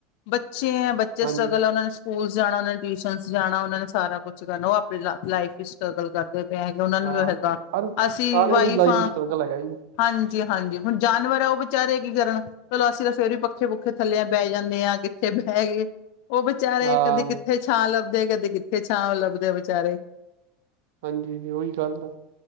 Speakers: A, on the left (about 55°); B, on the right (about 70°).
A: <inaudible> ਛੇ ਬੱਚੇ
B: ਹਾਂਜੀ,
A: ਦਾ ਸਕੂਲ ਜਾਣਾ ਨੇ, ਟਿਊਸ਼ਨ ਜਾਣਾ ਉਹਨਾਂ ਨੇ ਸਾਰਾ ਕੁਛ ਕਰਨਾ ਉਹ ਆਪਣੀ ਲਾਈਫ ਵਿੱਚ ਸਟਰਗਲ ਕਰਨਾ। ਪਏ ਹੈਗੇ, ਉਹਨਾਂ ਨੂੰ
B: ਹਾਂ,
A: ਵੀ ਹੈਗਾ
B: ਹਰ
A: ਅਸੀਂ
B: ਸਾਰਿਆਂ
A: ਵਾਈਫ
B: ਦੀ ਲਾਈਫ
A: ਹਾਂ
B: ਸਟਰਗਲ ਹੈਗਾ ਜੀ,
A: ਹਾਂਜੀ-ਹਾਂਜੀ, ਹੁਣ ਜਾਨਵਰ ਆ ਉਹ ਵਿਚਾਰੇ ਕੀ ਕਰਨ ਚਲੋ, ਅਸੀਂ ਤਾਂ ਫੇਰ ਵੀ ਪੱਖੇ ਪੁੱਖੇ ਥੱਲੇ ਬਹਿ ਜਾਂਦੇ ਹਾਂ ਕਿੱਥੇ ਬਹਿ ਗਏ। ਉਹ ਵਿਚਾਰੇ
B: ਹਾਂ,
A: ਕਦੇ ਤੀ, ਛਾਂ ਲੱਭਦੇ ਕਦੇ ਕਿੱਥੇ ਛਾਂ ਲੱਭਦੇ ਬਚਾਰੇ
B: ਹਾਂਜੀ ਜੀ ਉਹੀ ਗੱਲ ਆ।